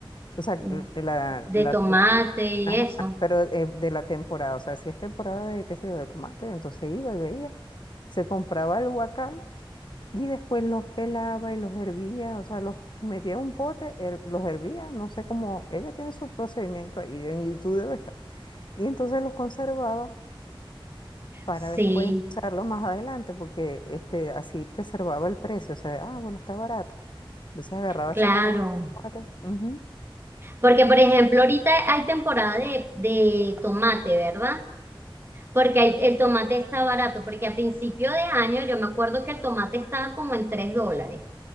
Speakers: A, on the left; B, on the right.
A: o sea,
B: um,
A: l- la,
B: de
A: la-
B: tomate
A: la-
B: y
A: ajá,
B: eso.
A: pero eh, de la temporada, o sea, si es temporada de, qué sé yo, de tomate, entonces iba y veía, se compraba el guacal y después los pelaba y los hervía, o sea, los metía en un pote, her- los hervía, no sé cómo, ella tiene su procedimiento ahí, en YouTube debe estar, y entonces los conservaba para
B: Sí,
A: después usarlo más adelante, porque este, así preservaba el precio, o sea, ah, bueno, está barato Entonces agarraba
B: claro.
A: ese poco de aguacate. ujú,
B: Porque, por ejemplo, ahorita hay temporada de, de tomate, ¿verdad? Porque el, el tomate está barato, porque a principio de año yo me acuerdo que el tomate estaba como en 3 dólares.